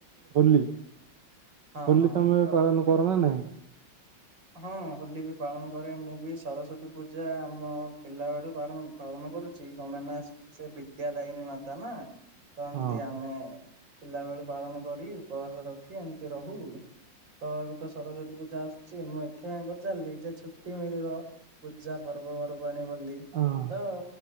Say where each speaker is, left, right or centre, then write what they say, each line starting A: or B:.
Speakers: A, on the right; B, on the right.
A: ହୋଲି।
B: ହଁ
A: ହୋଲି
B: ହଁ
A: ତମେ
B: ତ
A: ପାଳନ କର ନା ନାଇଁ?
B: ହଁ ହୋଲି ବି ପାଳନ କରେ ମୁଁ ବି ସରସ୍ଵତୀ ପୂଜା ଆମ ପିଲା ବେଳୁ ପାରଣ ପାଳନ କରୁଛି, କଣ ପାଇଁ ନା ସ ସେ ବିଦ୍ୟା ଦାୟନୀ ମାତା ନା ତ ଏମତି
A: ହଁ
B: ଆମେ ପିଲା ବେଳୁ ପାଳନ କରି ଉପବାସ ରଖି ଏମିତି ରହୁ। ତ ଏବେ ତ ସରସ୍ଵତୀ ପୂଜା ଆସଛ ଛି, ଯେ ମୁଁ ଏଥିପାଇଁ ପଚାରଲି ଯେ, ଛୁଟି ମିଳିବ ପୂଜା ପର୍ବ ପର୍ବାଣୀ ବୋଲି
A: ହଁ।
B: ତ